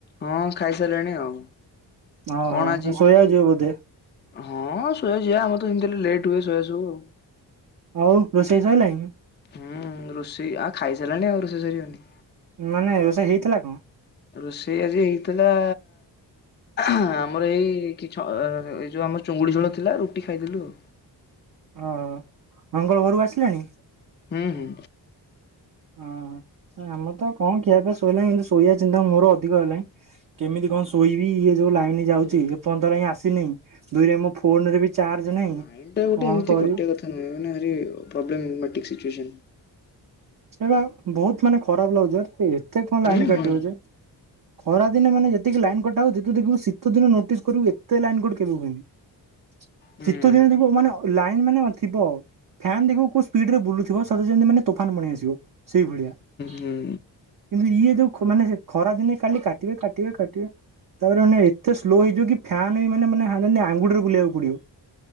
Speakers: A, on the left; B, on the right.
A: ହଁ ଖାଇସାରିଲାଣି ଆଉ।
B: ଓହୋ
A: କଣ ଆଜି
B: ଶୋଇବାକୁ ଯିବ ବୋଧେ
A: ହଁ ଶୋୟାକୁ ଯିଆ ଆମର ତ ଏମିତିରେ ଲେଟ୍ ହୁଏ ଶୋୟା ସବୁ ଆଉ।
B: ହଉ ରୋଷେଇ ସରିଲାଣ?
A: ହୁଁ ରୋଷେଇ ଆଉ ଖାଇ ସାରିଲାଣି ଆଉ ରୋଷେଇ ସରିବନି?
B: ମାନେ ରୋଷେଇ ହେଇଥିଲା କଣ?
A: ରୋଷେଇ ଆଜି ହେଇଥିଲା ଆମର ଏଇ କି ଏଇ ଯୋଉ ଆମର ଚିଙ୍ଗୁଡ଼ି ଝୋଳ ଥିଲା ରୁଟି ଖାଇଦେଲୁ ଆଉ।
B: ଓ ମଙ୍ଗଳ ଘରକୁ ଆସିଲାଣି?
A: ହୁଁ ହୁଁ
B: ଓ ଆମ ତ କଣ ଖିଆ ପିଆ ଶୋଇଲାଣି କିନ୍ତୁ ଶୋଇବା ଚିନ୍ତା ମୋର ଅଧିକ ହେଲାଣି। କେମିତି କଣ ଶୋଇବି ଇଏ ଯୋଉ ଲାଇନ ଯାଉଛି
A: ହୁଁ।
B: ଏ ଫନ୍ତ ଆସିନି। ଦୁଇ ରେ ମୋର ଫୋନ ରେ ବି ଚାର୍ଜ ନାହିଁ
A: ଲାଇନ ଟା ଗୋଟେ
B: କଣ
A: ଏମିତି
B: କରିବୁ
A: କଟିବା କଥା ନୁହେଁ ମାନେ ଏମିତି ପ୍ରବ୍ଲେମେଟିକ୍ ସିଚୁଏସନ।
B: ଏ ବା ବହୁତ ମାନେ ଖରାପ ଲାଗୁଛି ଏତେ କଣ ଲାଇନ
A: ହୁଁ
B: କାଟିବ
A: ହୁଁ
B: ଯେ? ଖରା ଦିନ ମାନେ ଯେତିକି ଲାଇନ କଟା ହେଉଛି ଦେଖିବୁ ଶୀତ ଦିନ ନୋଟିସ୍ କରିବୁ ଏତେ ଲାଇନ କଟ୍ କେବେ ହୁଏନି।
A: ହୁଁ
B: ଶୀତ ଦିନ ଦେଖିବୁ ମାନେ ଅ ଲାଇନ ମାନେ ଥିବ ଫ୍ୟାନ୍ ଦେଖିବୁ କୋଉ ସ୍ପିଡ ରେ ବୁଲୁଥିବ ସତେ ଯେମିତି ମାନେ ତୋଫାନ ପଲେଇ ଆସିବ। ସେଇଭଳିଆ। କିନ୍ତୁ
A: ହୁଁ
B: ଇଏ ଯୋଉ ମାନେ ଖରାଦିନେ କାଲି କାଟିବେ କାଟିବେ କାଟିବେ। ତାପରେ ମାନେ ଏତେ ସ୍ଲୋ ହେଇଯିବ କି ଫ୍ୟନ୍ ବି ମାନେ ମାନେ ଆଙ୍ଗୁଠରେ ବୁଲେଇବାକୁ ପଡିବ।